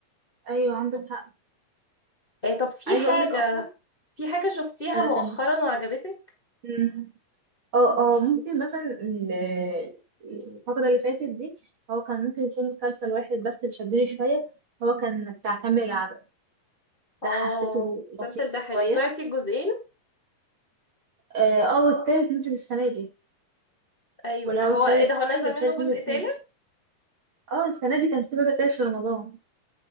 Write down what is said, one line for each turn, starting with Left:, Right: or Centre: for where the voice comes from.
Right: ايوه عندك حق
Left: إيه، طب في
Right: عايزه
Left: حاجة
Right: اقول لك اصلا
Left: في حاجة شفتيها
Right: انا
Left: مؤخرا
Right: كان
Left: وعجبتك؟
Right: مم. اه اه ممكن مثلا ال- الفترة اللي فاتت دي هو كان ممكن يكون مسلسل واحد بس اللي شدني شوية هو كان بتاع كامل العدد
Left: اه
Right: ده حسيته لطيف
Left: المسلسل ده حلو
Right: شوية
Left: سمعتي الجزئين؟
Right: اه آه، التالت نزل السنة دي
Left: ايوه
Right: ولا
Left: هو
Right: هو التالت
Left: ايه ده هو نزل
Right: ايوه التالت
Left: منه جزء
Right: نزل السنة
Left: تالت؟
Right: دي اه السنة دي كان في جزء تالت في رمضان